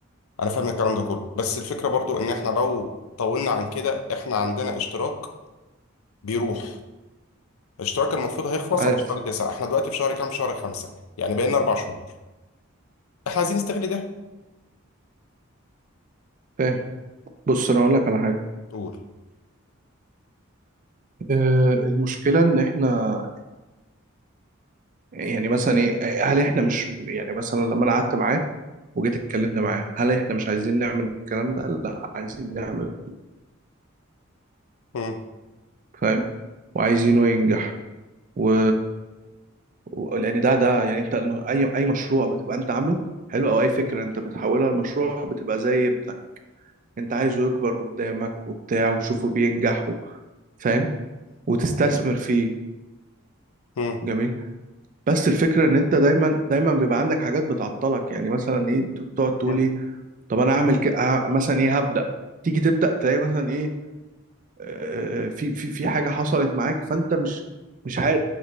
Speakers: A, on the left (about 80°); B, on the right (about 40°).
A: انا فاهم الكلام ده كله بس الفكره برضو ان احنا لو طولنا عن كده احنا عندنا اشتراك بيروح الاشتراك المفروض هيخلص
B: عارف
A: على شهر تسعة احنا دلوقتي في شهر كام شهر خمسة يعني بقينا اربع شهور احنا عايزين نستغل ده
B: فاهم بص انا اقول لك على حاجة
A: قول
B: آه، المشكلة ان احنا يعني مثلا ايه هل احنا مش يعني مثلا لما انا قعدت معاه وجيت اتكلمت معاه هل احنا مش عايزين نعمل الكلام ده قال لا عايزين نعمل
A: مم.
B: فاهم وعايزينه ينجح و... و... لان ده ده يعني انت الم- اي اي مشروع بتبقى انت عامله حلو او اي فكره انت بتحولها لمشروع بتبقى زي ابنك انت عايزه يكبر قدامك وبتاع وتشوفه بينجح و- فاهم وتستثمر فيه
A: مم.
B: جميل بس الفكره ان انت دايما دايما بيبقى عندك حاجات بتعطلك يعني مثلا ايه ت- تقعد تقول
A: مم.
B: ايه طب انا اعمل ك... أع- مثلا ايه هبدا تيجي تبدا تلاقي مثلا ايه آه، في في في حاجه حصلت معاك فانت مش مش عارف